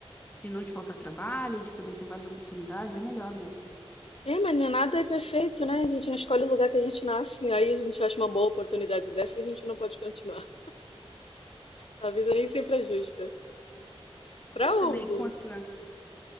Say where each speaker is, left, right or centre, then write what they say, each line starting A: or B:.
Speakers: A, on the left (about 15°); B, on the left (about 65°).
A: de não te faltar trabalho, de poder ter várias oportunidades, é melhor mesmo.
B: É, mas nem nada é perfeito, né? A gente não escolhe o lugar que a gente nasce, aí a gente acha uma boa oportunidade dessa e a gente não pode continuar. A vida nem sempre é justa. Pra
A: Mas
B: Hugo,
A: também com a tua,